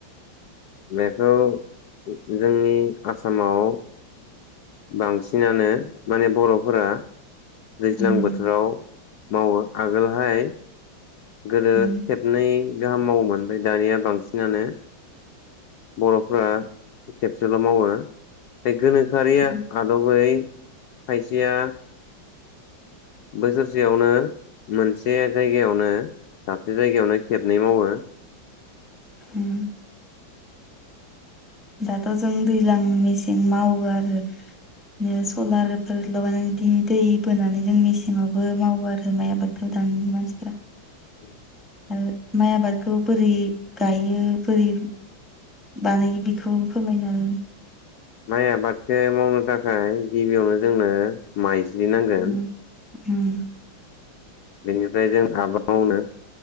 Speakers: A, on the left (about 70°); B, in the centre.
A: बेखौ ओ जोंनि आसामाव बांसिनानो माने बर'फोरा दैज्लां
B: उम
A: बोथोराव मावो आगोलहाय गोदो
B: उम
A: खेबनै गाहाम मावोमोन ओमफ्राय दानिया बांसिनानो बर'फ्रा खेबसेल' मावो बे गोनोखोआरिया
B: उम
A: आदबै खायसेया बोसोरसेयावनो मोनसे जायगायावनो दाबसे जायगायावनो खेबनै मावो <inaudible>
B: उम। दाथ' जों दैज्लां मेसें मावो आरो। इदिनो सलारफोर लगायनानै बिदि दै बोनानै जों मेसेङावबो मावो आरो माइ आबादखौ दानि मानसिफ्रा
A: <inaudible>
B: आरो माइ आबादखौ बोरै गायो बोरै बानायो बेखौ फोरमायना हो
A: माइ आबादखौ मावनो थाखाय गिबियावनो जोंनो माइज्लि नांगोन
B: उम उम।
A: बेनिफ्राय जों आबाद मावनो